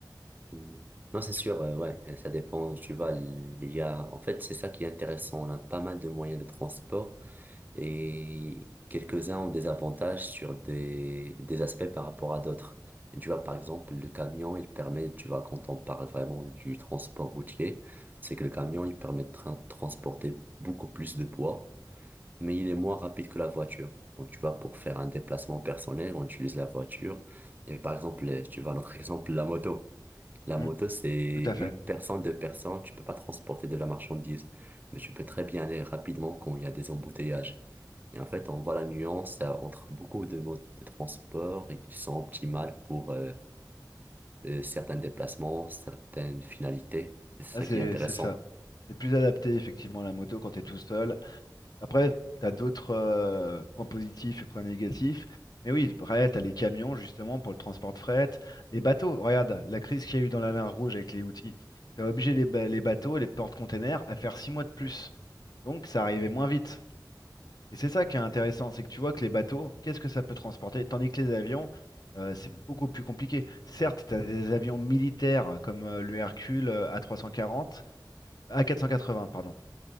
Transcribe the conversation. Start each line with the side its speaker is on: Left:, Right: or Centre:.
Right: Mm. Non, c'est sûr,
Left: Tu-
Right: euh, ouais, euh, ça dépend. Tu vois il y a, en fait, c'est ça qui est intéressant. On a pas mal de moyens de transport et quelques-uns ont des avantages sur des, des aspects par rapport à d'autres. Et Tu vois, par exemple, le camion, il permet, tu vois, quand on parle vraiment du transport routier, c'est que le camion, il permet de tra- transporter beaucoup plus de poids, mais il est moins rapide que la voiture. Donc, tu vois, pour faire un déplacement personnel, on utilise la voiture. Et par exemple, les- tu vois, notre <laughs> exemple, la moto. La
Left: Mm,
Right: moto, c'est
Left: tout à fait.
Right: une personne, deux personnes, tu peux pas transporter de la marchandise, mais tu peux très bien aller rapidement quand il y a des embouteillages. Et en fait, on voit la nuance euh, entre beaucoup de modes de transport et qui sont optimales pour euh, euh, certains déplacements, certaines finalités. Et c'est
Left: Ah,
Right: ça
Left: c'est
Right: qui est intéressant.
Left: c'est ça. C'est plus adapté, effectivement, à la moto quand tu es tout seul. Après, tu as d'autres euh, points positifs et points négatifs. Mais oui, après, tu as les camions, justement, pour le transport de fret. Les bateaux, regarde, la crise qu'il y a eu dans la mer Rouge avec les outils, ça a obligé les, ba- les bateaux et les porte-containers à faire six mois de plus. Donc, ça arrivait moins vite. Et c'est ça qui est intéressant, c'est que tu vois que les bateaux, qu'est-ce que ça peut transporter? Tandis que les avions, euh, c'est beaucoup plus compliqué. Certes, tu as des avions militaires comme euh, le Hercule euh, A340, A480, pardon.